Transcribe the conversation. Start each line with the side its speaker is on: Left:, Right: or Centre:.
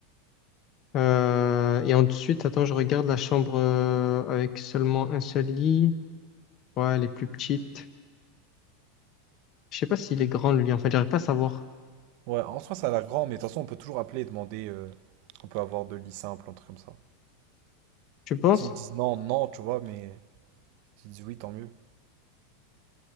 Left: Euh, et ensuite, attends, je regarde la chambre euh, avec seulement un seul lit. Ouais, elle est plus petite. Je sais pas s'il est grand, le lit. En fait, j'arrive pas à savoir.
Right: Ouais, en soi, ça a l'air grand, mais de toute façon, on peut toujours appeler et demander euh, ce qu'on peut avoir de lit simple, un truc comme ça.
Left: Tu penses?
Right: S'ils disent non, non, tu vois, mais s'ils disent oui, tant mieux.